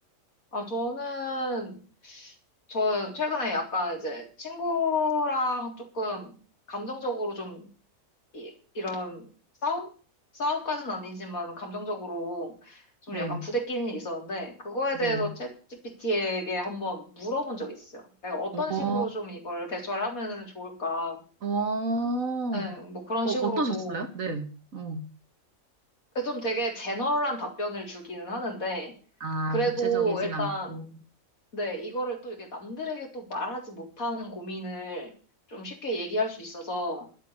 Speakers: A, on the left; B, on the right.
A: 아, 저는 저 최근에 약간 이제 친구랑 조금 감정적으로 좀 이, 이런 싸움? 싸움까지는 아니지만 감정적으로 좀
B: 네,
A: 약간 부대끼는 일이 있었는데 그거에
B: 네.
A: 대해서 챗GPT에게 한번 물어본 적이 있어요. 내가 어떤
B: 어,
A: 식으로 좀 이걸 대처를 하면 좋을까?
B: 어, 어,
A: 네, 뭐 그런
B: 어떠셨어요?
A: 식으로도
B: 네. 어.
A: 그 좀 되게 제너럴한 답변을 주기는 하는데
B: 아,
A: 그래도
B: 구체적이진
A: 일단
B: 않고.
A: 네, 이거를 또 이게 남들에게 또 말하지 못하는 고민을 좀 쉽게 얘기할 수 있어서